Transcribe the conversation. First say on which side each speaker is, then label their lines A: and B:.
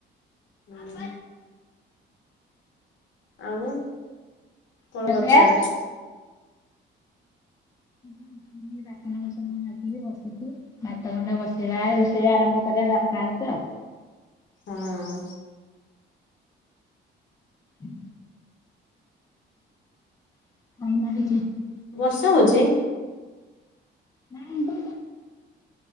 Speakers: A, on the left (about 70°); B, on the left (about 15°).
A: ହୁଁ। ଆଉ କଣ
B: ଖିଆ
A: କରୁଛ
B: ପିଆ?
A: ଏବେ?
B: <inaudible> ବାସନ ଫାସନ୍ ମା ଚୁଲି ବସିଛି ଭାତ ଗଣ୍ଡେ ବସେଇବା ରୋଷେଇ ଆରମ୍ଭ କରିବା ବାର ଟା ବେଳକୁ ଆଉ।
A: ହଁ।
B: ହୁଁ। <unintelligible>
A: ବର୍ଷା ହଉଚି?
B: ନାଇ <unintelligible>